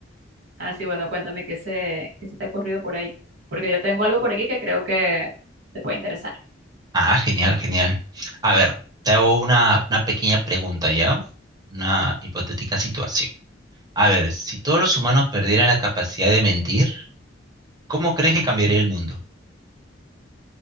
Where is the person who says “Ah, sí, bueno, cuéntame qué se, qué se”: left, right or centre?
Right